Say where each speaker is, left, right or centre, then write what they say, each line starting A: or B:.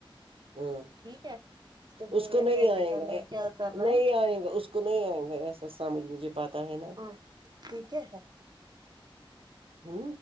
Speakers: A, on the right; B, on the right.
A: ہاں
B: ٹھیک ہے
A: اس
B: بولنا
A: کو نہیں
B: کیسے
A: آئے
B: کرنا
A: گا
B: ہے کیا کرنا
A: نہیں
B: ہے
A: آئے گا اس کو نہیں آئے گا ایسا سمجھ مجھے بات پتا ہے نا
B: ہاں ٹھیک ہے ہے
A: ہوں